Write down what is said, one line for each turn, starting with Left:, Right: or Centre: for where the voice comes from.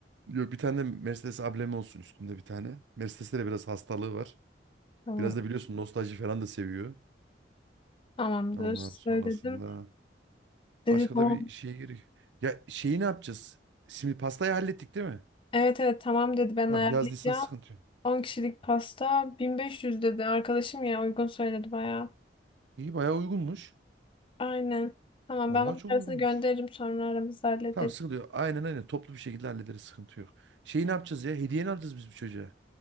Right: Yo, bir tane Mercedes ablemi olsun üstünde bir tane. Mercedes'te de biraz hastalığı var.
Left: Tamam.
Right: Biraz da biliyorsun nostalji falan da seviyor.
Left: Tamamdır.
Right: Ondan
Left: Söyledim.
Right: sonrasında
Left: Dedi
Right: başka
Left: tamam.
Right: da bir şeye gerek. Ya şeyi ne yapacağız? Şimdi pastayı hallettik değil mi?
Left: Evet evet tamam dedi ben
Right: Tamam
Left: ayarlayacağım.
Right: yazdıysan sıkıntı yok.
Left: 10 kişilik pasta 1500 dedi. Arkadaşım ya uygun söyledi bayağı.
Right: İyi bayağı uygunmuş.
Left: Aynen. Tamam
Right: Vallahi
Left: ben bunun
Right: çok
Left: parasını
Right: uygunmuş.
Left: gönderirim sonra aramızda hallederiz.
Right: Tamam sıkıntı yok. Aynen aynen toplu bir şekilde hallederiz sıkıntı yok. Şeyi ne yapacağız ya? Hediye ne alacağız biz bu çocuğa?